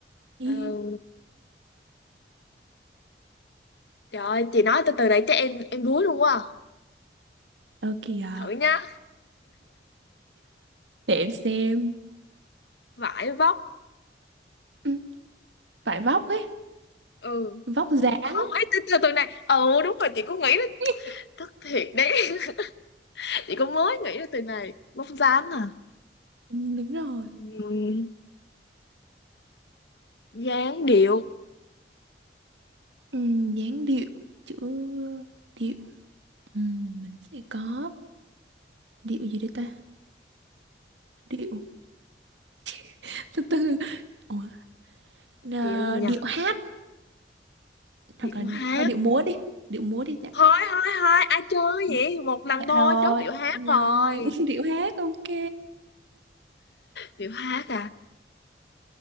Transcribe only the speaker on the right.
Ý,
Ok à.
Để em xem.
Ừ, Vải vóc ấy,
vóc dáng.
<laughs>
Ừ, Đúng rồi.
Ừ, dáng điệu, chữ điệu. Ừ, mình sẽ có điệu gì đây ta? Điệu. <laughs> Từ từ. Ủa, à,
điệu hát hoặc
là
thôi điệu múa đi, điệu múa đi dạ.
Ừ,
Dạ
rồi,
rồi,
<laughs> điệu hát ok.